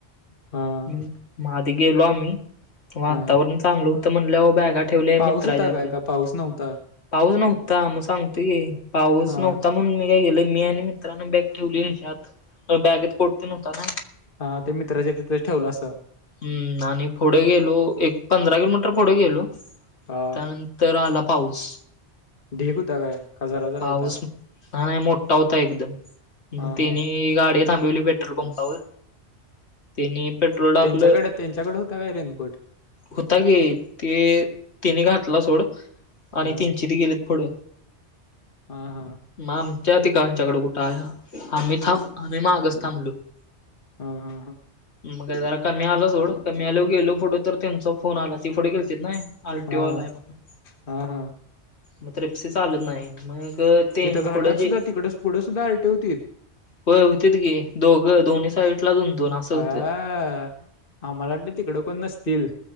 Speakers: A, on the left; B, on the left.
A: हा
B: मग म आधी गेलो आम्ही वातावरण
A: हा
B: चांगलं होत म्हणल्याव बॅगा ठेवल्या
A: पाऊस
B: मित्राच्यातच.
A: होता काय का पाऊस नव्हता
B: पाऊस नव्हता म सांगतूय की पाऊस
A: हा
B: नव्हता म्हणून मी मी काय केलं मी आणि मित्रांने बॅग ठेवली हेच्यात बॅगेत कोट ते न हुता ना.
A: हा ते मित्राच्या तिथच ठेवलं असं.
B: हम्म, आणि पुढ गेलो एक पंधरा किलोमीटर पुढ गेलो
A: हा
B: त्यानं तर आला पाऊस.
A: ढीग होता काय का जरा जरा
B: पाऊस
A: होता
B: नाय नाय मोठा होता एकदम
A: हा
B: म तेनी
A: हा
B: गाडी थांबीवली पेट्रल पंपावर तेनी पेट्रोल टाकलं
A: त्यांच्याकड त्यांच्याकड हुता काय रेनकोट?
B: हुंता की ते तेनी घातला सोड. आणि
A: हा
B: त्यांनची ची ती गेलीत पुढ,
A: हा हा
B: म आम च्या तिघांच्याकड कुठं आया आम्ही थांब आम्ही मागच थांबलू.
A: हा हा हा.
B: मग जरा कमी आला सोड कमी आल्याव गेलो पुुढं तर त्यांचा फोन आला ती पुढ गेलतीत नाय आर
A: हा
B: टी ओ आलाय म्हणून
A: हा हा
B: मग ट्रिप्सी चालत नाय. मग ते
A: तिथ घाटात
B: पुढं जे
A: सुद्धा तिकडच पुढं सुद्धा आर टी ओ हुती?
B: होय हुंतीत की दोघं दोन्ही साईड ला दोन दोन. असं होतं.
A: आयायय आम्हाला वाटलं तिकड कोण नसतील.